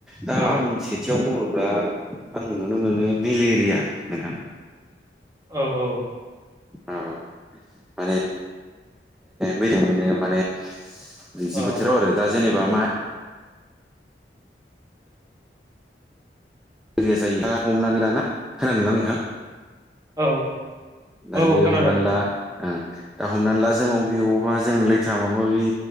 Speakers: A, in the centre; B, on the right.
A: दा
B: औ
A: आं एसे याव बुङोब्ला आं नुनो मोनो मेलेरिया नोंथां
B: औ औ
A: अ माने मिलो माने दैैजि
B: औ
A: बोथोराव आरो दा जेनेबा मा <unintelligible> जायो हमनानै ला ना खोनादोंंना नोंथां
B: औ
A: दायो
B: औ औ खोनादों
A: हमनानै
B: नोंथां
A: ला ओ दा हमनानै ला जों अबेयावबा जों लेथ्रा माबा माबि